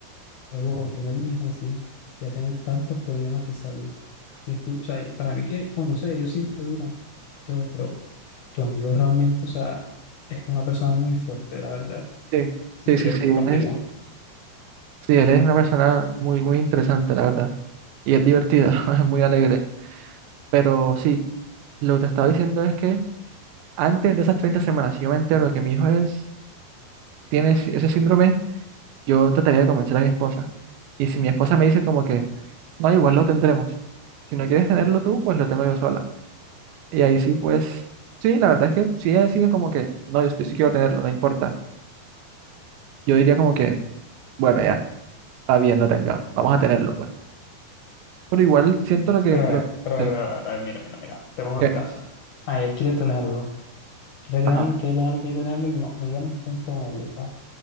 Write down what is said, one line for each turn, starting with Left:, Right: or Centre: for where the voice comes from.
Left: Pero luego tener un hijo así, que va a tener tantos problemas de salud. que es cul- O sea, para mí que, bueno, no sé, ellos siempre duran todo, pero tu amigo realmente, o sea, es una persona muy fuerte, la verdad.
Right: sí,
Left: Si
Right: sí,
Left: quieres,
Right: sí, sí,
Left: continúa.
Right: él es, sí, él es una persona muy, muy interesante, la verdad. Y es divertida, <laughs> es muy alegre. Pero sí, lo que te estaba diciendo es que Antes de esas 30 semanas, si yo me entero que mi hijo es, tiene ese ese síndrome, yo trataría de convencer a mi esposa. Y si mi esposa me dice como que, no, igual lo tendremos. Si no quieres tenerlo tú, pues lo tengo yo sola. Y ahí sí, pues, sí, la verdad es que si ella decide como que, no, yo, yo sí quiero tenerlo, no importa. Yo diría como que, bueno, ya, está bien, lo tenga, vamos a tenerlo, pues. Pero igual siento lo que,
Left: Pero a
Right: lo
Left: ver, pero a
Right: que,
Left: ver, pero a ver, a ver, mira, mira, mira, te pongo
Right: que-
Left: el caso. Ah, él quiere tenerlo, quiere tenerlo,
Right: ajá.
Left: quiere tenerlo, quiere tenerlo y no, no llegan a un punto medio, o sea,